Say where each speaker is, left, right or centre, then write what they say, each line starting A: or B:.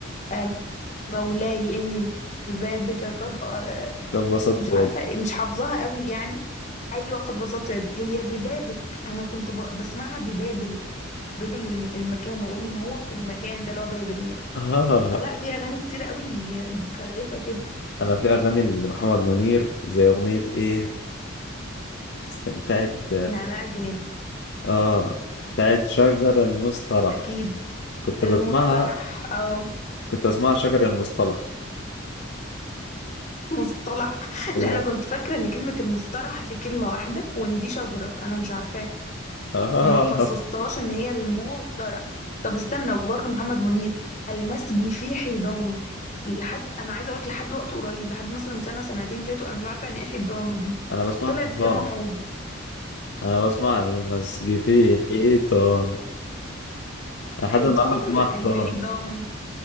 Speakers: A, on the left; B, on the left.
A: آه، مولاي اني ببابك قد آه،
B: فانبسطت
A: مش عارفة مش حافظاها قوي يعني ايوه قد بسطت يدي هي ببابك انا كنت ب- بسمعها ببابل بابل الم- المكان واقول ان هو في المكان ده اللي هو بابل يعني
B: اه
A: فلا في اغاني كتير قوي متخلفة كده
B: انا في اغاني لمحمد منير زي اغنية ايه استمتعت
A: نعناع الجنين
B: اه بتاعت شجر المصطلح
A: اكيد
B: كنت
A: المصطلح
B: بسمعها
A: اه
B: كنت بسمعها شجر المصطلح
A: مصطلح <laughs>
B: بجد
A: لا انا كنت فاكره ان كلمه المصطلح دي كلمه واحده وان دي شجره انا مش عارفاها
B: اه
A: ما فصصتهاش ان هي المصطلح طب استنى وبرده محمد منير المسجي في حيضانه لحد انا عايزه اقولك لحد وقت قريب لحد مثلا سنه سنتين فاتوا انا مش عارفه يعني ايه حيضانه دي
B: انا بسمعها
A: طلعت
B: حيطان
A: جمع حوض
B: انا بسمع المزج في حيطان أنا لحد
A: حيطانه
B: النهارده بسمعها
A: لا
B: حيطان
A: هي حيضانه